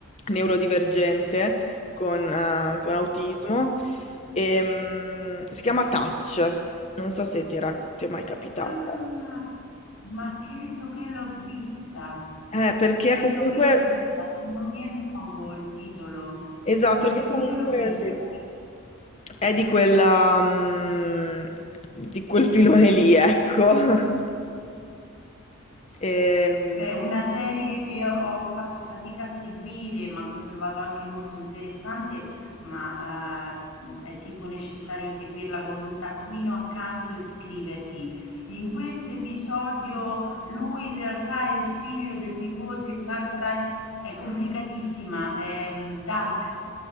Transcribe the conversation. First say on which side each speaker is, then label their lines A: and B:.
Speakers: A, on the left; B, on the left.
A: neurodivergente con, eh, con autismo Ehm, si chiama Touch, non so se ti era, ti è mai capitata.
B: Ah! Ma credo che l'ho vista,
A: Eh, perché
B: credo
A: comunque,
B: che l'ho vista, non mi è nuovo il titolo,
A: esatto,
B: probabilmente
A: perché comunque
B: l'ho vista.
A: sì, è di quella, mm, di quel filone lì, ecco. <laughs> Ehm,
B: Beh, una serie che ho fatto fatica a seguire, ma che ho trovato anche molto interessante, ma eh, mh, è tipo necessario seguirla con un taccuino accanto e scriverti. In questo episodio lui in realtà è il figlio del nipote di un'altra, è complicatissima, è mh, Dark,